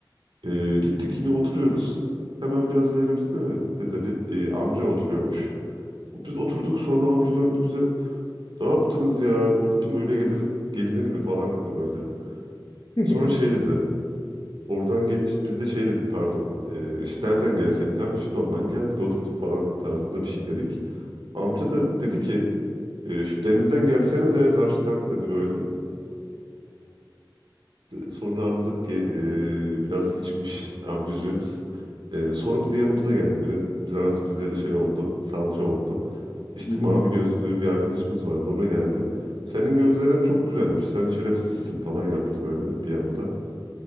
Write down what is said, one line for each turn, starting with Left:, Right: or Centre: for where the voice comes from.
Right: Ee, gittik yine oturuyoruz. Hemen biraz ilerimizde mi- de de bir e, amca oturuyormuş. Biz oturduk sonra amca döndü bize. Ne yaptınız ya korktum öyle gelir, gelinir mi falan dedi böyle.
Left: <laughs>
Right: Sonra şey dedi. Oradan gel işte biz de şey dedik pardon. Ee, işte nereden gelseydik amca işte normal geldik oturduk falan tarzında bir şey dedik. Amca da dedi ki "E, şu denizden gelseniz ya karşıdan dedi böyle. De- Sonra anladık ki e, biraz içmiş amcacığımız. E, sonra bir de yanımıza geldi. Biraz, biraz bize şey oldu salça oldu. İşte
Left: Hı hı.
Right: mavi gözlü bir arkadaşımız vardı ona geldi. Senin gözlerin çok güzelmiş sen şerefsizsin falan yaptı böyle bir anda.